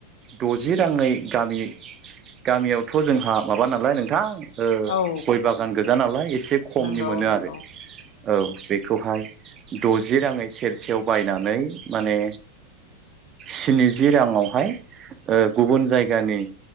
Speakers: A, on the right; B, on the left.
A: द'जि राङै गामि गामियावथ' जोंहा माबा नालाय नोंथां ओ
B: औ
A: गय बागान गोजा नालाय एसे खमनि
B: नंगौ
A: मोनो
B: नंगौ
A: आरो औ बेखौहाय द'जि राङै सेरसेयाव बायनानै माने स्निजि राङावहाय ओ गुबुन जायगानि